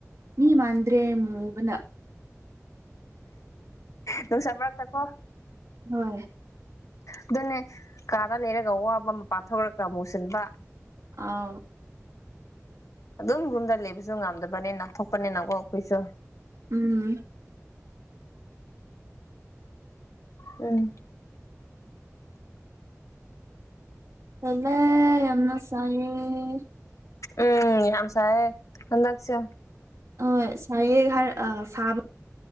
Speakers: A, on the right; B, on the left.
A: ꯃꯤꯃꯟꯗ꯭ꯔꯦ ꯃꯨꯕꯅ
B: ꯅꯨꯡꯁ ꯃꯔꯛꯇ ꯀꯣ
A: ꯍꯣꯏ
B: ꯑꯗꯨꯅꯦ ꯀꯥꯗ ꯂꯩꯔꯒ ꯋꯥꯕ <unintelligible> ꯃꯨꯁꯤꯟꯕ
A: ꯑꯧ
B: ꯑꯗꯨꯝ ꯔꯨꯝꯗ ꯂꯩꯕꯁꯨ ꯉꯝꯗꯕꯅꯤꯅ ꯊꯣꯛꯄꯅꯤꯅꯀꯣ ꯑꯩꯈꯣꯏꯁꯨ
A: ꯎꯝ
B: ꯎꯝ
A: <unintelligible> ꯌꯥꯝꯅ ꯁꯥꯏꯌꯦ
B: ꯎꯝ ꯌꯥꯝꯁꯥꯏꯌꯦ ꯍꯟꯗꯥꯛꯁꯦ
A: ꯑꯣ ꯁꯥꯏꯌꯦ ꯍꯥꯏ ꯁꯥꯕ